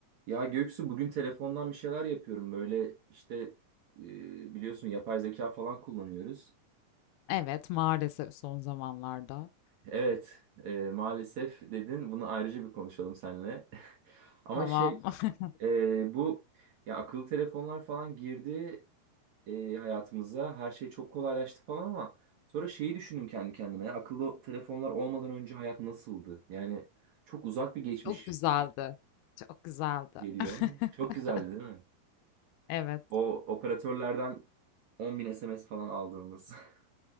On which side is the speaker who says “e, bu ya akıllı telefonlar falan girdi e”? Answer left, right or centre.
Right